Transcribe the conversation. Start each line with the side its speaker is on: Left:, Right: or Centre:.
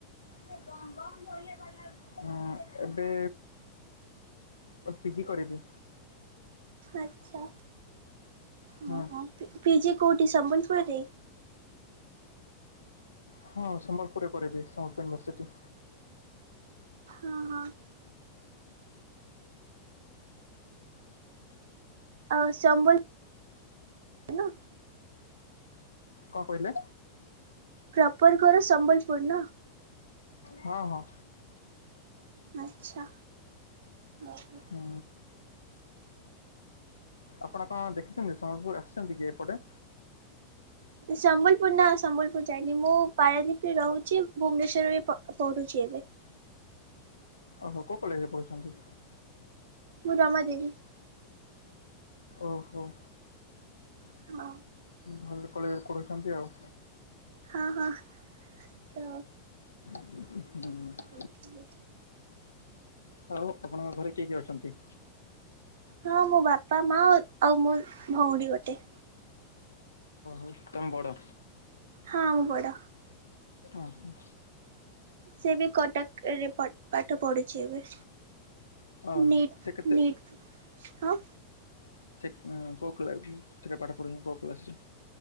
Left: ସେ ଗମ ଗମ <unintelligible> ହଁ ଏବେ ପିଜି କରିବି।
Right: ଆଚ୍ଛା
Left: ହଁ
Right: ଉଁହୁଁ ପିଜି କଉଠି ସମ୍ବଲପୁରରେ।
Left: ହଁ ସମ୍ବଲପୁରରେ କରିବି ସାଉଥ ୟୁନିଭରସିଟି।
Right: ହଁ ହଁ। ଆଉ ସମ୍ବଲ ଇନ
Left: କଣ କହିଲେ?
Right: ପ୍ରପର ଘର ସମ୍ବଲପୁରୁ ନା?
Left: ହଁ ହଁ।
Right: ଆଚ୍ଛା ଆଉ
Left: ହୁଁ। ଆପଣ କଣ ଦେଖିଛନ୍ତି। ସମ୍ବଲପୁର ଆସିଛନ୍ତି କି ଏପଟେ।
Right: ସମ୍ବଲପୁର ନା ସମ୍ବଲପୁର ଯାଇନି। ମୁଁ ପାରାଦ୍ୱୀପରେ ରହୁଛି ଭୁବନେଶ୍ୱର ରେ ପଢ଼ୁଛି ଏବେ।
Left: ଓହୋ କୋଉ କଲେଜରେ ପଢୁଛନ୍ତି।
Right: ମୁଁ ରମା ଦେବୀ।
Left: ଓହୋ।
Right: ହଁ।
Left: ଭଲ କଲେଜରେ ପଢଉଛନ୍ତି ଆଉ।
Right: ହଁ ହଁ ତ
Left: ଉଁ ହୁଁ ବୁଲି
Right: ଏଇଠି ଥିଲି।
Left: ଆଉ ଆପଣଙ୍କ ଘରେ କିଏ କିଏ ଅଛନ୍ତି?
Right: ହଁ ମୋ ବାପା ମା ଆଉ ମୋ ଭଉଣୀ ଗୋଟେ।
Left: ଉ ତମେ ବଡ଼।
Right: ହଁ ମୁଁ ବଡ।
Left: ଓ ହୋ।
Right: ସେ ବି କଟକରେ ପ ପାଠ ପଢୁଛି ଏବେ?
Left: ଓହୋ
Right: ନୀଟ
Left: ସେ କେତେ
Right: ନୀଟ ହଁ।
Left: ସେ ଉଁ କୋଉ କ୍ଲା ଉଁ ପାଠ ଯା ପାଠ ପଢୋଉନ କୋଉ କ୍ଲାସ ରେ।